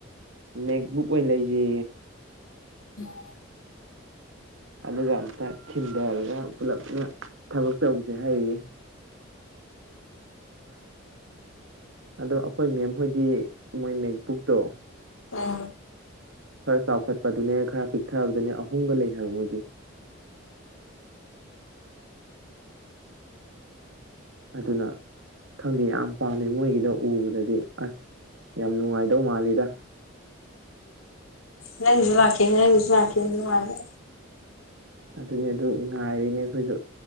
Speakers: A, on the right (about 70°); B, on the left (about 85°).
A: ꯃꯦꯛ ꯕꯨꯛ ꯑꯣꯏꯅ ꯂꯩꯁꯤ
B: <unintelligible>
A: ꯑꯗꯨꯒ ꯑꯃꯝꯇ ꯤꯟꯊꯔꯒ ꯄꯨꯂꯞ ꯊꯕꯛ ꯇꯧꯕꯁꯦ ꯍꯥꯏꯌꯦ ꯑꯗꯣ ꯑꯩꯈꯣꯏ ꯃꯦꯝꯍꯣꯏꯗꯤ ꯃꯣꯏ ꯃꯦꯛ ꯕꯨꯛꯇꯣ
B: ꯑꯥ
A: ꯈꯔ ꯆꯥꯎꯈꯠꯄꯗꯨꯅꯦ ꯈꯔ ꯄꯤꯛꯊꯕꯗꯨꯅꯦ ꯑꯍꯨꯝꯒ ꯂꯩ ꯍꯥꯏꯕ ꯃꯣꯏꯗꯤꯦ ꯑꯗꯨꯅ ꯈꯪꯗꯦ ꯌꯥꯝ ꯄꯥꯝꯃꯦ ꯃꯣꯏꯒꯤꯗ ꯎꯕꯗꯗꯤ ꯑꯁ ꯌꯥꯝ ꯅꯨꯡꯉꯥꯏꯗꯧ ꯃꯥꯜꯂꯤꯗ
B: ꯅꯪꯁꯨ ꯂꯥꯛꯦ ꯅꯪꯁꯨ ꯂꯦꯅꯨꯡꯉꯥꯏ
A: ꯑꯗꯨꯅꯤ ꯑꯗꯨ ꯉꯥꯏꯔꯤꯅꯦ ꯑꯩꯈꯣꯏꯁꯨ